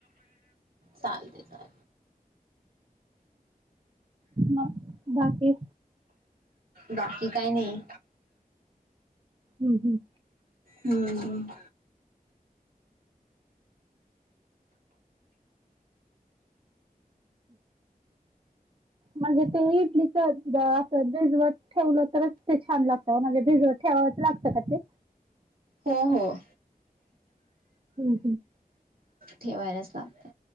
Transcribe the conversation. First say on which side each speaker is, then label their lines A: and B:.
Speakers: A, on the right; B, on the right.
A: चालतंय. <inaudible>
B: मग बाकी.
A: बाकी काय नाही.
B: हम्म हंम
A: हम्म
B: म्हणजे ते इडलीच असं भिजवत ठेवलं तर तरच ते छान लागतं, म्हणजे भिजवत ठेवावचं लागतं का ते.
A: हो हो.
B: हम्म
A: ठेवायलाच लागत.